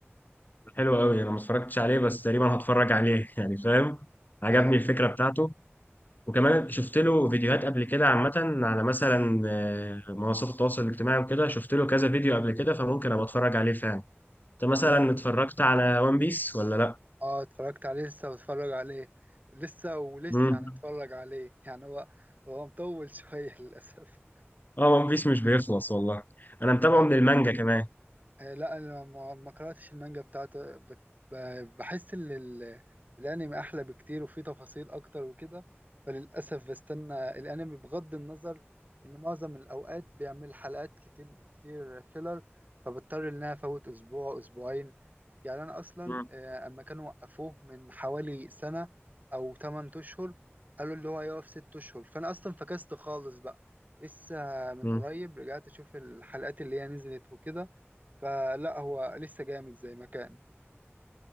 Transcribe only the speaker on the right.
اه
مم.
اه اتفرجت عليه لسه بتفرج عليه لسه ولسه
هنتفرج عليه يعني هو هو مطول شوية <laughs> للأسف
يعني
آه، لا انا ما ما قراتش المانجا بتاعته بت- ب- بحس ان ال- الانمي احلى بكتير وفيه تفاصيل اكتر وكده فللاسف بستنى الانمي بغض النظر ان معظم الاوقات بيعمل حلقات كتير كتير فيلر فبضطر ان انا افوت اسبوع اسبوعين يعني انا اصلا
آه، اما كانوا وقفوه من حوالي سنة او 8 اشهر قالوا اللي هو هيقف 6 اشهر فانا اصلا فكست خالص بقى لسه من
قريب رجعت اشوف الحلقات اللي هي نزلت وكده فلا هو لسه جامد زي ما كان